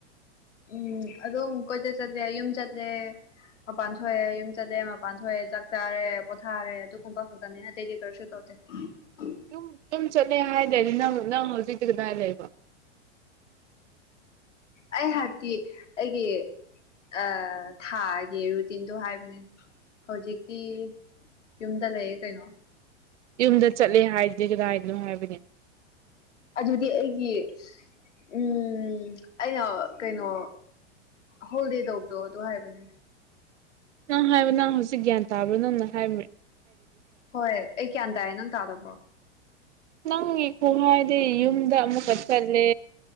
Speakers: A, on the left; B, on the right.
A: ꯎꯝ ꯑꯗꯨꯝ ꯀꯣꯏꯆꯠ ꯆꯠꯂꯦ ꯌꯨꯝ ꯆꯠꯂꯦ ꯃꯄꯥꯟ ꯊꯣꯛꯑꯦ ꯌꯨꯝ ꯆꯠꯂꯦ ꯃꯄꯥꯟ ꯊꯣꯛꯑꯦ ꯆꯥꯛ ꯆꯥꯔꯦ ꯄꯣꯊꯥꯔꯦ ꯑꯗꯨꯒꯨꯝꯕ ꯈꯛꯇꯅꯦ ꯑꯇꯩꯗꯤ ꯀꯔꯤꯁꯨ ꯇꯧꯗꯦ <unintelligible>
B: ꯌꯨꯝ ꯌꯨꯝ ꯆꯠꯂꯦ ꯍꯥꯏꯗꯥꯏꯅꯦ ꯅꯪ ꯅꯪ ꯍꯧꯖꯤꯛꯇꯤ ꯀꯗꯥꯏ ꯂꯩꯕ
A: ꯑꯩ ꯍꯥꯏꯕꯗꯤ ꯑꯩꯒꯤ ꯑ ꯊꯥꯒꯤ ꯔꯨꯇꯤꯟꯗꯨ ꯍꯥꯏꯕꯅꯤ ꯍꯧꯖꯤꯛꯇꯤ ꯌꯨꯝꯗ ꯂꯩꯌꯦ ꯀꯩꯅꯣ
B: ꯌꯨꯝꯗ ꯆꯠꯂꯦ ꯍꯥꯏꯗꯤ ꯀꯗꯥꯏꯗꯅꯣ ꯍꯥꯏꯕꯅꯦ
A: ꯑꯗꯨꯗꯤ ꯑꯩꯒꯤ ꯎꯝ ꯑꯩꯅ ꯀꯩꯅꯣ ꯍꯣꯜꯗꯦ ꯇꯧꯕꯗꯣ ꯑꯗꯨ ꯍꯥꯏꯕꯅꯦ
B: ꯅꯪ ꯍꯥꯏꯌꯣ ꯅꯪ ꯍꯧꯖꯤꯛ ꯒ꯭ꯌꯥꯟ ꯇꯥꯕ ꯅꯪꯅ ꯍꯥꯏꯕ꯭ꯔ
A: ꯍꯣꯏ ꯑꯩ ꯒ꯭ꯌꯥꯟ ꯇꯥꯌꯦ ꯅꯪ ꯇꯥꯗꯕ꯭ꯔꯣ
B: ꯅꯪꯒꯤ ꯈꯨꯍꯥꯏꯗꯤ ꯌꯨꯝꯗ ꯑꯃꯨꯛꯀ ꯆꯠꯂꯦ